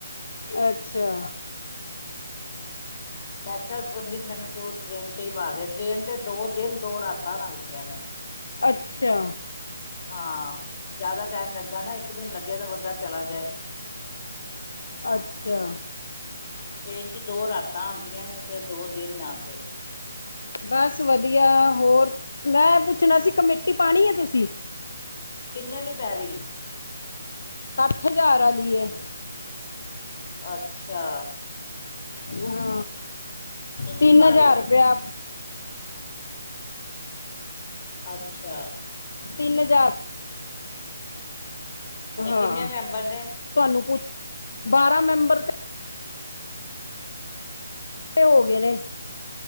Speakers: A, on the left (about 70°); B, on the left (about 40°).
A: ਅੱਛਾ
B: ਵੈਸੇ ਸੁਨੀਤ ਮੈਨੂੰ ਤੂੰ ਟ੍ਰੇਨ ਤੇ ਹੀ ਪਾ ਦੇ ਟ੍ਰੇਨ ਤੇ ਦੋ ਦਿਨ ਦੋ ਰਾਤਾਂ ਲੱਗਦੀਆਂ ਨੇ।
A: ਅੱਛਾ
B: ਹਾਂ ਜ਼ਿਆਦਾ ਟਾਈਮ ਲੱਗਦਾ ਨਾ ਇੱਕ ਦਿਨ ਲੱਗੇ ਤਾਂ ਬੰਦਾ ਚਲਾ ਜਾਏ।
A: ਅੱਛਾ
B: ਹਾਂ ਟ੍ਰੇਨ ਚ ਦੋ ਰਾਤਾਂ ਆਉਂਦੀਆਂ ਨੇ ਤੇ ਦੋ ਦਿਨ ਆਉਂਦੇ।
A: ਬਸ ਵਧੀਆ ਹੋਰ ਮੈਂ ਪੁੱਛਣਾ ਸੀ ਕਮੇਟੀ ਪਾਉਣੀ ਹੈ ਤੁਸੀਂ?
B: ਕਿੰਨੇ ਦੀ ਪੈ ਰਹੀ ਹੈ।
A: ਸੱਠ ਹਜ਼ਾਰ ਵਾਲੀ ਹੈ।
B: ਅੱਛਾ
A: ਹਾਂ
B: ਤੁਸੀਂ
A: ਤਿੰਨ
B: ਪਾ
A: ਹਜ਼ਾਰ
B: ਰਹੇ ਹੋ
A: ਰੁਪਇਆ।
B: ਅੱਛਾ
A: ਤਿੰਨ ਹਜ਼ਾਰ ਹਾਂ
B: ਤੇ ਕਿੰਨੇ ਮੈਂਬਰ ਨੇ
A: ਤੁਹਾਨੂੰ ਪੁਛ ਬਾਰਾਂ ਮੈਂਬਰ ਤੇ। ਤੇ ਹੋ ਗਏ ਨੇ।